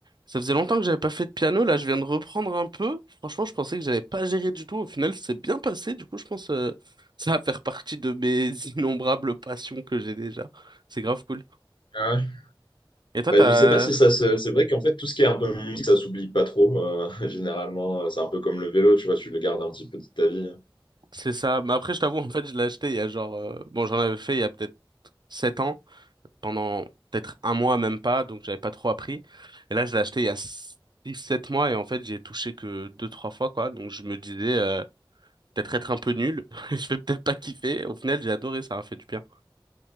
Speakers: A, on the right; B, on the left.
A: Ça faisait longtemps que j'avais pas fait de piano, là je viens de reprendre un peu. Franchement, je pensais que j'avais pas géré du tout. Au final, c'est bien passé. Du coup, je pense euh, <laughs> ça va faire partie de mes <laughs> innombrables passions que j'ai déjà. C'est grave cool.
B: Ah ouais.
A: Et toi,
B: Bah,
A: t'as...
B: je sais pas si ça se... C'est vrai qu'en fait, tout ce qui est un peu musique, ça s'oublie pas trop. euh, <laughs> généralement, euh, c'est un peu comme le vélo, tu vois, tu le gardes un petit peu de ta vie.
A: C'est ça. Mais après, je t'avoue, en fait, je l'ai acheté il y a genre... euh, Bon, j'en avais fait il y a peut-être 7 ans, pendant peut-être un mois, même pas, donc j'avais pas trop appris. Et là, je l'ai acheté il y a six, sept mois et en fait, j'y ai touché que deux, trois fois, quoi. Donc je me disais... euh, Peut-être être un peu nul, <laughs> je vais peut-être pas kiffer. Au final, j'ai adoré, ça m'a fait du bien.